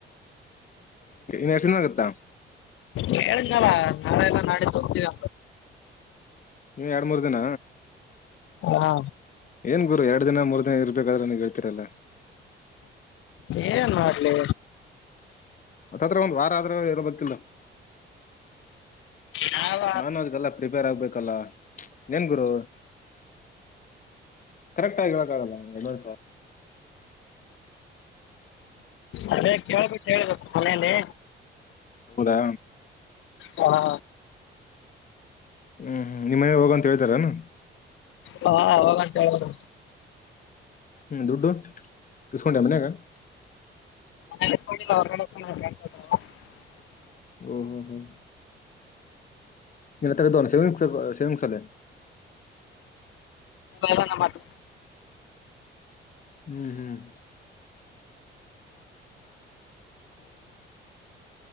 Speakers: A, on the left (about 40°); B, on the left (about 85°).
A: ನಕ್ಷಾಗತ್ತಾ
B: ಕೇಳಿದ್ನಾರ ನಾಳೆ ಎಲ್ಲ ನಾಳಿದ್ದೋಗತೀವಿ
A: ಎರಡ್ ಮೂರ್ ದಿನ
B: ಹಾ
A: ಏನ್ ಗುರು ಎರಡ್ ದಿನ ಮೂರ್ ದಿನ ಇರ್ಬೇಕಾದ್ರೆ ನೀನ್ ಹೇಳ್ತೀರಲ್ಲ
B: ಏನ್ ಮಾಡ್ಲಿ
A: ಮತ್ತತ್ರ ಒಂದು ವಾರ ಆದ್ರ ಇರಬೇಕತ್ತಿಲ್ಲ
B: ಯಾವ
A: ನಾನು ಅದ್ಕ್ಕೆಲ್ಲಾ ಪ್ರಿಪೇರ್ ಆಗ್ಬೇಕಲ್ಲ ಏನ್ ಗುರು ಕರೆಕ್ಟ್ ಆಗಿ ಹೇಳಕ್ಕ ಆಗಲ್ಲ ಎಲ್ಲ ಸ
B: ಅದೇ ಕೇಳ್ಬಿಟ್ಟು ಹಳ್ಬೇಕ ಮನೇಲಿ
A: ಹುದಾ
B: ಹಾ
A: ಹ್ಮನಿಮಮ್ಮ ಮನೆ ಹೋಗಂತ ಹೇಳ್ತಾರನಾ
B: ಹಾ ಅವಾಗಂತ ಹೇಳೋಣ
A: ಹ್ಮ್ ದುಡ್ಡು ಕಿಸಕೊಂಡೆ ಮನ್ಯಾಗ
B: ನ ಗ ಎ
A: ಹ್ಮ ಹ್ಮ್ ಹ್ಮ್ ಇಲ್ಲ ಶೇಂಗಸಾಲ
B: ಎಲ್ಲ ನ ಮಾತ
A: ಹ್ಮ್ ಹ್ಮ್